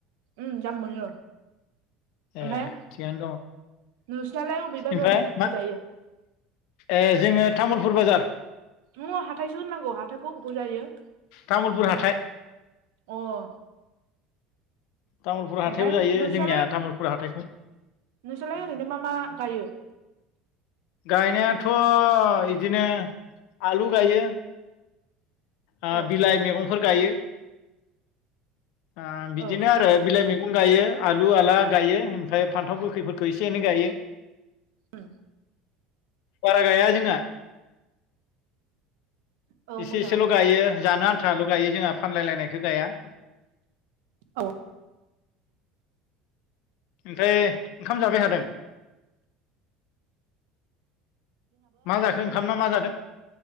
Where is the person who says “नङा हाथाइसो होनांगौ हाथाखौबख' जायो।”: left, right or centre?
Right